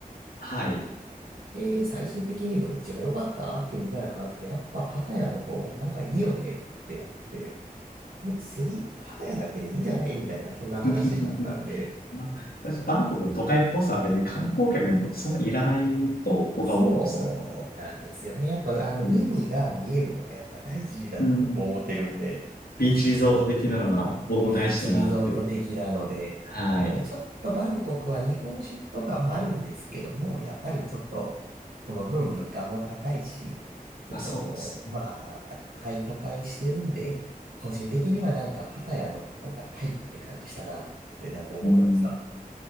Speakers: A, on the left; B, on the right.
A: はい。
B: で、最終的にどっちが良かったってみんなで話すと、やっぱパタヤの方がなんかいいよねってなって、もう次パタヤだけでいいんじゃないみたいな、そんな話になったんで、
A: <laughs> まあ、私、バンコクの都会っぽさは別に観光客にとってそんなにいらないと僕は思うんですよ。
B: そうなんですよね。やっぱあの海が見えるのがやっぱ大事だと僕思ってるんで、
A: うん。うんビーチリゾート的なのは僕も大事だなって。
B: ビーチリゾート的なので、
A: はい。
B: なのでちょっとバンコクは日本食とかもあるんですけども、やっぱりちょっとこの分物価も高いし、ちょっとこう、
A: まあ、そうですね。
B: まあ、都会都会してるんで、個人的にはなんかパタヤの方がタイって感じしたなってなんか思いました。
A: うん